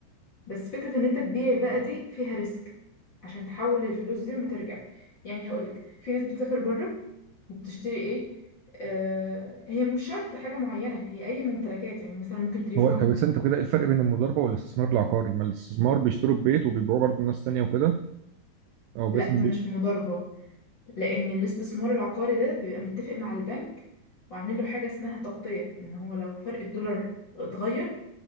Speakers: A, on the left (about 45°); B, on the right (about 90°).
A: بس فكرة ان انت تبيع بقى دي فيها ريسك عشان تحول الفلوس دي ما ترجع يعني هقولك في ناس بتسافر بره بتشتري ايه آه هي مش شرط حاجة معينة هي اي ممتلكات يعني مثلا ممكن تليفون
B: هو طب استنى انت كده ايه الفرق بين المضاربه والاستثمار العقاري؟ ما الاستثمار بيشتروا البيت وبيبيعوه برضه لناس تانيه وكده او بس
A: لا
B: البيت
A: دي مش مضاربة لان الاستثمار العقاري ده بيبقى متفق مع البنك وعامل له حاجة اسمها تغطية ان هو لو فرق الدولار اتغير